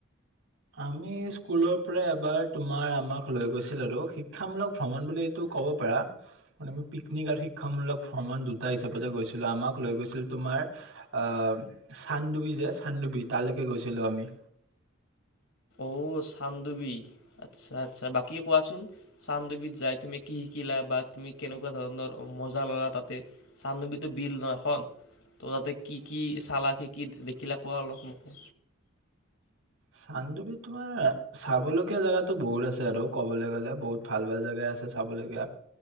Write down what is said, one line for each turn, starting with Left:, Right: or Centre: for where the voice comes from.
Right: আমি স্কুলৰ পৰা এবাৰ তোমাৰ আমাক লৈ গৈছিল আৰু শিক্ষামূলক ভ্ৰমণ বুলি এইটো ক'ব পাৰা মানে পিকনিক আৰু শিক্ষামূলক ভ্ৰমণ দুটা হিচাপতে গৈছিলো আমাক লৈ গৈছিল তোমাৰ চানডুবি যে চানডুবি তালৈকে গৈছিলোঁ আমি
Left: অ' চানডুবি আচ্ছা আচ্ছা বাকী কোৱাচোন চানডুবিত যাই তুমি কি শিকিলা বা তুমি কেনেকুৱা ধৰণৰ মজা ল'লা তাতে চানডুবিটো বিল ন এখন ত' তাতে কি কি চালা কি কি দেখিলা কোৱা অলপ মোকো
Right: চানডুবি তোমাৰ চাবলগীয়া জেগাতো বহুত আছে আৰু কবলৈ গলে বহুত ভাল ভাল জেগাই আছে চাবলগীয়া